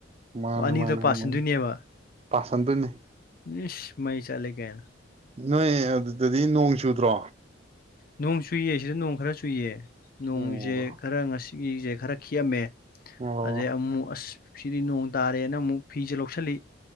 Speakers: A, on the right; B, on the left.
A: ꯃꯥꯅꯦ
B: ꯑꯣ ꯑꯅꯤꯗꯣ
A: ꯃꯥꯅꯦ
B: ꯄꯥꯁꯤꯟꯗꯣꯏꯅꯦꯕ
A: ꯃꯥꯅꯦ ꯄꯥꯁꯟꯗꯣꯏꯅꯤ
B: ꯢꯁ ꯃꯩ ꯆꯠꯂꯦ ꯀꯩꯅꯣ
A: ꯅꯣꯏ ꯑꯗꯨꯗꯗꯤ ꯅꯣꯡ ꯆꯨꯗ꯭ꯔꯣ
B: ꯅꯣꯡ ꯆꯨꯏꯌꯦ ꯁꯤꯗ ꯅꯣꯡ ꯈꯔ ꯆꯨꯏꯌꯦ
A: ꯑꯣ
B: ꯅꯣꯡꯁꯦ ꯈꯔ ꯉꯁꯤ ꯁꯤꯁꯦ ꯈꯔ ꯈꯤꯑꯝꯃꯦ
A: ꯑꯣ
B: ꯑꯗꯩ ꯑꯃꯨꯛ ꯑꯁ ꯁꯤꯗꯤ ꯅꯣꯡ ꯇꯥꯔꯦꯅ ꯑꯃꯨꯛ ꯐꯤꯁꯦ ꯂꯧꯁꯤꯜꯂꯤ